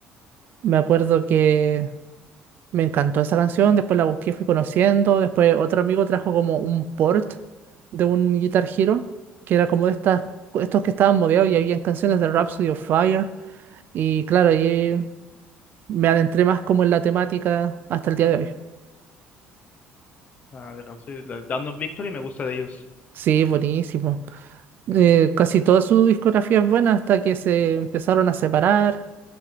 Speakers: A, on the right; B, on the left.
A: Me acuerdo que me encantó esa canción, después la busqué, fui conociendo, después otro amigo trajo como un port de un Guitar Hero, que era como de estas, estos que estaban modeados y había canciones de Rhapsody of Fire, y claro, ahí me adentré más como en la temática hasta el día de hoy.
B: ah, de Rhapsody, la Dawn of Victory me gusta de ellos,
A: Sí, buenísimo eh, casi toda su discografía es buena hasta que se empezaron a separar